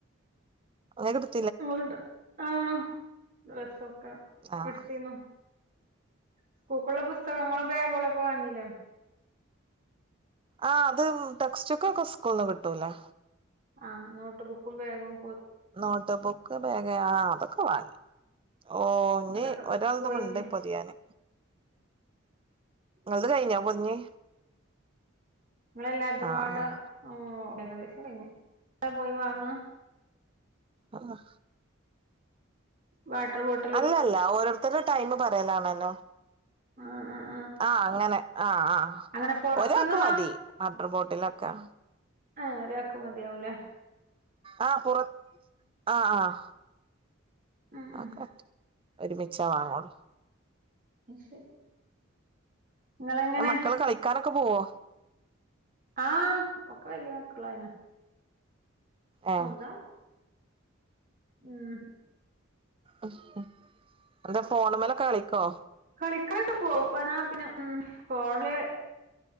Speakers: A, on the right (about 25°); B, on the right (about 45°).
A: എന്തേലും.
B: ങ്ങണ്ട് ആഹ് ഡ്രസൊക്കെ
A: ആഹ്
B: എടുത്തീനു. സ്കൂൾക്കുള്ള പുസ്തകങ്ങളും ബാഗുകളക്കെ വാങ്ങീല്ലേ.
A: ആ അത് ടെക്സ്റ്റ് ബുക്ക്കെ സ്കൂള്ന്ന് കിട്ടൂലേ.
B: ആഹ് നോട്ട് ബുക്കും ബേഗും.
A: നോട്ട് ബുക്ക് ബാഗ് ആ അതൊക്കെ വാങ്ങി. ഓ ഇഞ്ഞി
B: അതൊക്കെ
A: ഒരാളത്
B: പൊയിഞ്ഞ്
A: ഉണ്ട് പൊതിയാന്. അത് കഴിഞ്ഞു പൊതിഞ്ഞ്.
B: നിങ്ങളെല്ലാരതുംപാട്
A: ആഹ് ആഹ്
B: ഏകദേശം കഴിഞ്ഞ് പോയി വാങ്ങ.
A: ആഹ്.
B: വാട്ടർ ബോട്
A: അല്ലല്ല ഓരോരുത്തരുടെ ടൈമ് പറയലാണെല്ലോ.
B: ആഹ് ആഹ്
A: ആഹ് അങ്ങനെ ആഹ് ആഹ്
B: അങ്ങനെ പൊറത്തുന്ന്
A: ഒരാൾക്ക് മതി വാട്ടർ ബോട്ടിലൊക്കെ.
B: ആഹ് ഒരാൾക്ക് മതിയാവൂലെ.
A: ആ കൊറ ആഹ് ആഹ്.
B: ഉം ഉം
A: അതൊക്കെ ഒരുമിച്ചാ വാങ്ങോളൂ.
B: അത് ശരി. നിങ്ങളെങ്ങനെ
A: മക്കള് കളിക്കാനൊക്കെ പോവോ.
B: ആഹ് ഒക്കെ വലിയ മക്കളായിന്.
A: ഏഹ്
B: ഒന് ഉം.
A: ഉ ഉ എന്താ ഫോൺ മേലൊക്കെ കളിക്കോ.
B: കളിക്കാനൊക്കെ പോവും വാ പിന്നെ ഉ പോണില്.